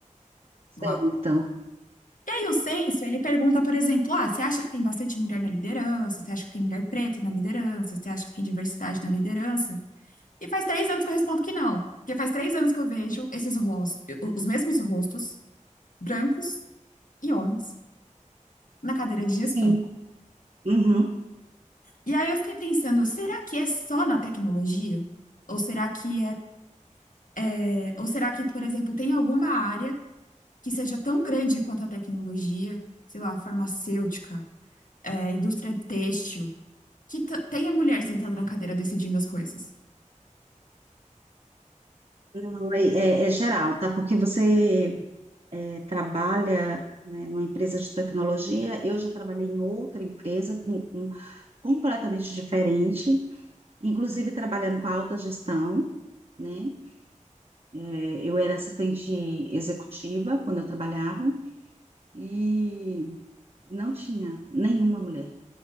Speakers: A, on the right; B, on the left.
A: Certo.
B: lá. E aí o censo, ele pergunta, por exemplo, ah, você acha que tem bastante mulher na liderança? Você acha que tem mulher preta na liderança? Você acha que tem diversidade na liderança? E faz três anos que eu respondo que não. Porque faz três anos que eu vejo esses rostos, os mesmos rostos, brancos e homens, na cadeira de gestão.
A: Sim. Uhum.
B: E aí eu fiquei pensando, será que é só na tecnologia? Ou será que é, é- ou será que, por exemplo, tem alguma área que seja tão grande quanto a tecnologia, sei lá, farmacêutica, é, indústria têxtil, que t- tenha mulher sentada na cadeira decidindo as coisas?
A: Não, é, é- é geral, tá? Porque você é, trabalha, né, numa empresa de tecnologia, eu já trabalhei em outra empresa com, com- completamente diferente, inclusive trabalhando com a alta gestão, né? É, Eu era assistente executiva quando eu trabalhava e não tinha nenhuma mulher.